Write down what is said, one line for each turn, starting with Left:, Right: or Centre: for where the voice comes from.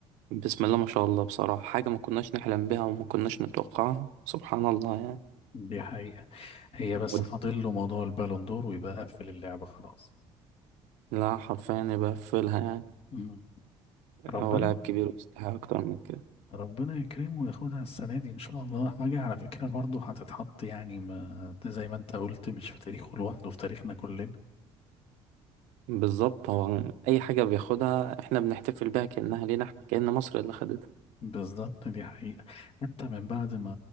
Right: بسم الله ما شاء الله بصراحة حاجة ما كناش نحلم بيها وما كناش نتوقعها سبحان الله يعني
Left: دي حقيقة هي بس
Right: ود-
Left: فاضل له موضوع البالون دور ويبقى قفل اللعبة خلاص
Right: لا حرفيا يبقى فيلها يعني
Left: مم. ربنا
Right: هو لاعب كبير ويستحق أكتر من كده
Left: ربنا يكرمه وياخدها السنة دي إن شاء الله حاجة على فكرة برضه هتتحط يعني ما زي ما أنت قلت مش في تاريخه لوحده في تاريخنا كلنا
Right: بالظبط هو أي حاجة بياخدها احنا بنحتفل بيها كأنها لينا احنا كأن مصر اللي خدتها
Left: بالظبط دي حقيقة حتى من بعد ما